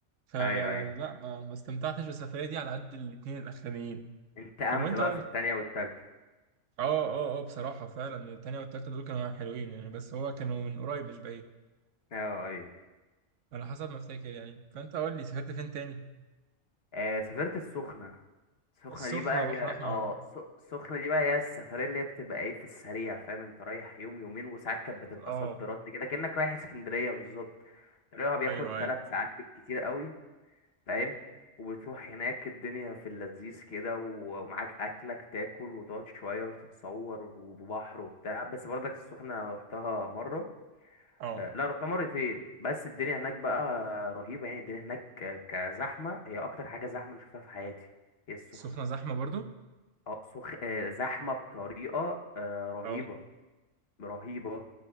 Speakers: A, on the right; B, on the left.
A: فلا
B: ايوه ايوه
A: ما, ما استمتعتش بالسفرية دي على قد الاتنين الأخرانيين
B: انتقمت
A: طب وانت
B: بقى
A: قول
B: في
A: لي.
B: التانية والتالتة
A: اه اه اه بصراحة فعلا التانية والتالتة دول كانوا حلوين يعني بس هو كانوا من قريب مش بعيد
B: اه ايوه
A: على حسب ما افتكر يعني فانت قول لي سافرت فين تاني
B: آه سافرت السخنة السخنة
A: السخنة
B: دي بقى
A: بحر
B: هي
A: أحمر
B: اه الس- السخنة دي بقى هي السفرية اللي هي بتبقى ايه في السريع فاهم انت رايح يوم يومين وساعات كانت بتبقى
A: اه
B: صد رد كده كأنك رايح اسكندرية بالظبط طريقها بياخد
A: ايوه ايوه
B: ثلاث ساعات بالكتير قوي فاهم وبتروح هناك الدنيا في اللذيذ كده ومعاك أكلك تاكل وتقعد شوية وتتصور وبحر وبتاع بس برضك السخنة رحتها مرة
A: اه
B: آه، لا رحت مرتين بس الدنيا هناك بقى رهيبة يعني الدنيا هناك آه، كزحمة هي أكتر حاجة زحمة أنا شفتها في حياتي هي السخنة
A: السخنة زحمة برضو
B: اه سخ... آه، زحمة بطريقة آه، رهيبة
A: اه
B: رهيبة